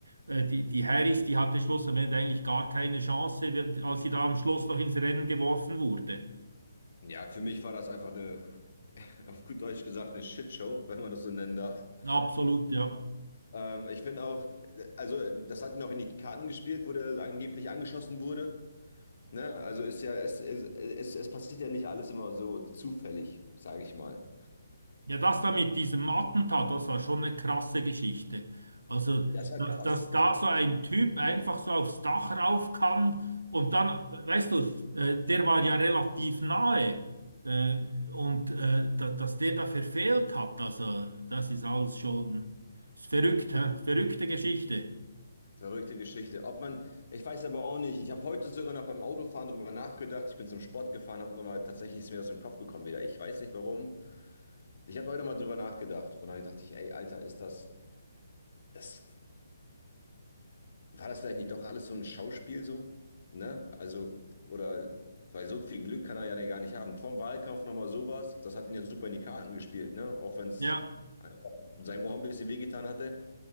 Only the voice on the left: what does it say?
Ja, für mich war das einfach eine, <laughs> auf gut Deutsch gesagt, eine Shitshow, wenn man das so nennen darf.
Ähm, ich finde auch, also das hat ihn auch in die Karten gespielt, wo der angeblich angeschossen wurde. Ne? Also ist ja, es, es, es, es passiert ja nicht alles immer so zufällig, sage ich mal.
Das war
krass.
Verrückte Geschichte. Ob man, ich weiß aber auch nicht. Ich habe heute sogar noch beim Autofahren drüber nachgedacht. Ich bin zum Sport gefahren, habe nochmal, tatsächlich ist mir das im Kopf gekommen wieder. Ich weiß nicht warum. Ich habe heute mal drüber nachgedacht und dann dachte ich, ey, Alter, ist das, das, war das vielleicht nicht doch alles so ein Schauspiel so? Ne? Also, oder, weil so viel Glück kann er ja gar nicht haben. Vom Wahlkampf nochmal sowas, das hat ihn ja super in die Karten gespielt, ne? Auch wenn es
einfach seinem Ohr ein bisschen wehgetan hatte.